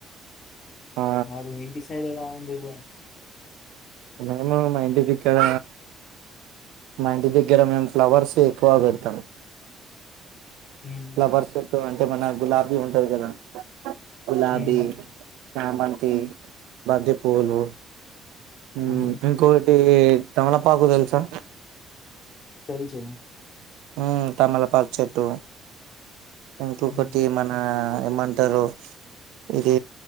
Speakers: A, on the right; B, on the left.
A: ఆ!
B: మారు ఇంటి సైడ్ ఎలా ఉంది ఇవ
A: అనం మై ఇంటి దగ్గర మా ఇంటి దగ్గర మేము ఫ్లవర్స్ ఎక్కువ పెడతాము
B: హ్మ్.
A: ప్లవర్స్ ఎక్కువ అంటే మన గులాబీ ఉంటది కదా గులాబీ
B: హ్మ్.
A: చామంతి బంతి పూలు మ్...
B: హ్మ్.
A: ఇంకో ఈ తమలపాకులు తెలుసా
B: తెలుసు
A: ఉ తమలపాక్ చెట్టు ఇంకొకటి
B: హ్మ్.
A: మన ఏమమంటారు ఇది